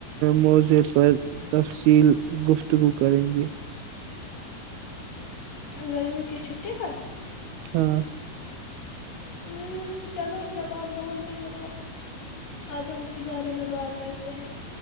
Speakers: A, on the right; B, on the left.
A: موضعے پر تفصیل گفتگو کریں گے
B: گرمیوں کی چھٹی پر
A: ہاں
B: ہ چلو جب آپ بولتے ہو تو آج ہم اسی بارے میں بات کرتے ہیں